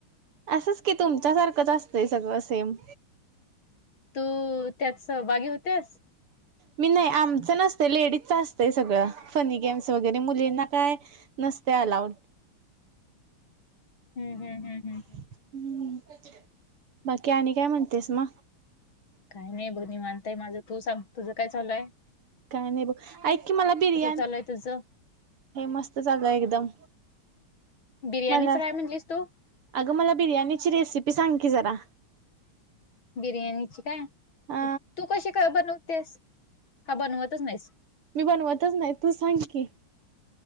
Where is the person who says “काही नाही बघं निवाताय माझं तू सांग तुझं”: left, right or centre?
Left